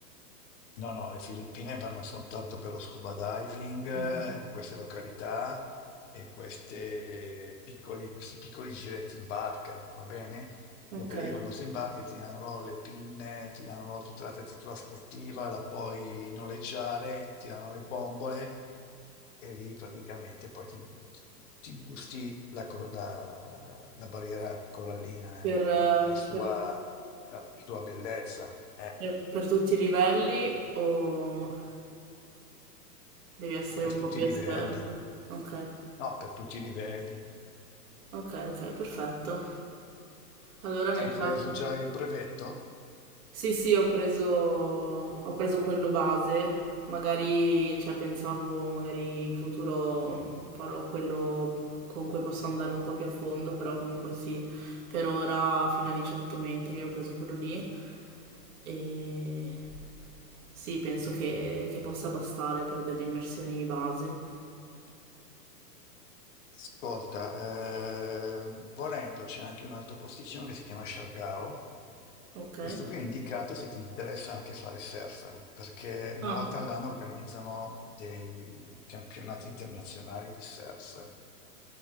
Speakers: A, on the left; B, on the right.
A: No, no, le Filippine vanno soltanto per lo scuba diving eh,
B: Mhm.
A: in queste località e queste piccoli- questi piccoli giretti in barca, va bene?
B: Ok.
A: Dopodiché quando sei in barca ti danno loro le pinne, ti danno loro tutta l'attrezzatura sportiva, la puoi noleggiare, ti danno le bombole e lì praticamente poi ti, ti- ti gusti la, co- la- la barriera corallina,
B: Per,
A: eh,
B: eh,
A: e la sua,
B: per-
A: la sua bellezza, eh,
B: Per, per tutti i livelli o devi essere
A: per
B: un
A: tutti
B: po' più
A: i livelli.
B: esperto? Ok,
A: No, per tutti i livelli.
B: ok, ok, perfetto. Allora nel
A: Hai preso
B: caso...
A: già il brevetto?
B: Sì, sì, ho preso, ho preso quello base, magari, cioè pensavo magari in futuro farò quello con cui posso andare un po' più a fondo, però comunque sì, per ora fino a 18 metri ho preso quello lì e sì, penso che, che possa bastare per delle immersioni base.
A: Ascolta, eh, volendo c'è anche un altro posticino che si chiama Shargao.
B: Ok.
A: Questo qui è indicato se ti interessa anche fare surf, perché una
B: Ah,
A: volta all'anno organizzano dei campionati internazionali di surf.